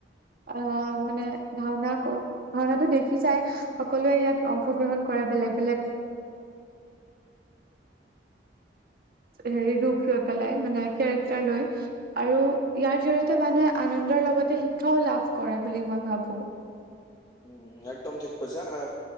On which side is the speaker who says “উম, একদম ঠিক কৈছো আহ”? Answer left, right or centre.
Left